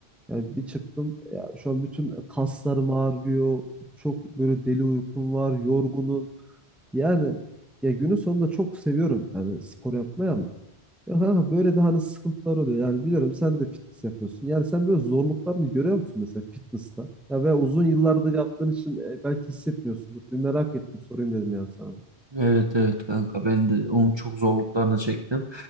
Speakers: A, in the centre; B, on the right.
A: yani bir çıktım. Ya şu an bütün kaslarım ağrıyor. Çok böyle deli uykum var. Yorgunum. Yani ya günün sonunda çok seviyorum yani spor yapmayı ama. Ya kanka böyle de hani sıkıntılar oluyor. Yani biliyorum sen de fitness yapıyorsun. Yani sen böyle zorluklarını görüyor musun mesela fitness'ta? Ya ve uzun yıllardır yaptığın için e, belki hissetmiyorsundur. Bir merak ettim sorayım dedim yani sana da.
B: Evet evet kanka ben de onun çok zorluklarını çektim.